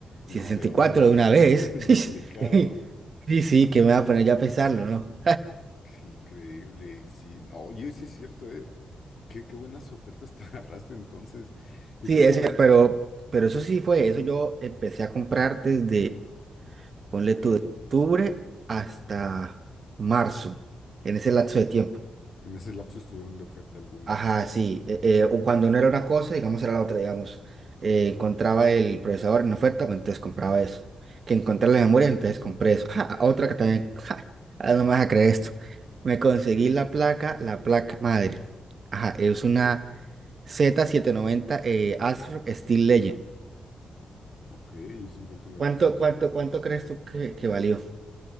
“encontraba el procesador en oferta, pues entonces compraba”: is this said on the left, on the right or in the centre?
Right